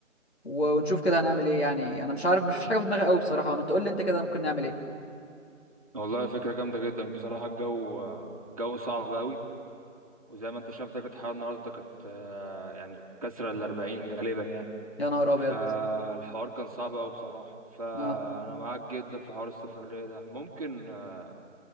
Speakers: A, on the left; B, on the right.
A: و- ونشوف كده هنعمل ايه يعني انا مش عارف مش فيش حاجه في دماغي قوي بصراحه ما تقول لي انت كده ممكن نعمل ايه
B: والله فكرة جامدة جدا بصراحة الجو الجو صعب قوي وزي ما انت شايف درجة الحرارة النهاردة كانت آه، يعني كسرة الأربعين غالبا يعني
A: يا نهار ابيض
B: فالحوار كان صعب قوي بصراحة فأنا
A: اه
B: معاك جدا في حوار السفرية ده ممكن آه،